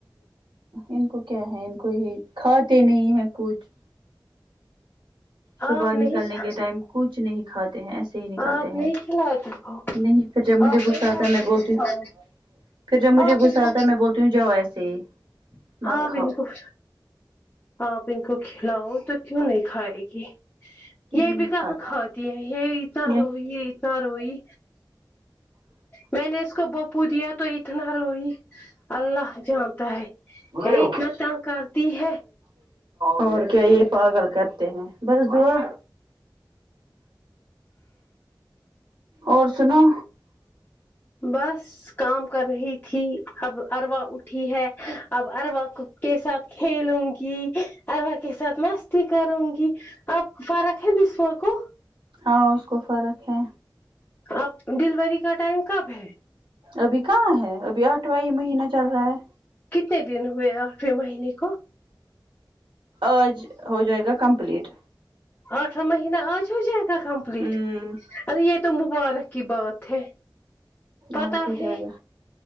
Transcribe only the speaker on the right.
ان کو کیا ہے ان کو یہ کھاتے نہیں ہے کچھ صبح
نکلنے کے ٹائم کچھ نہیں کھاتے ہیں ایسے ہی نکالتے
ہیں
نہیں پھر جب مجھے
غصہ
آتا ہے میں بولتی
ہوں
پھر جب مجھے
غصہ
آتا ہے میں بولتی ہوں جاؤ ایسے ہی مت
کھاؤ
نہیں
کھاتے
نہیں
ہوں
اور کیا یہ پاگل کرتے ہیں بس دعا اور سنو
ہاں اس کو فرق ہے
ابھی کہاں ہے ابھی آٹھوائی مہینہ چل رہا ہے
آج ہو جائے گا کمپلیٹ
ہوں
آج ہو جائے
گا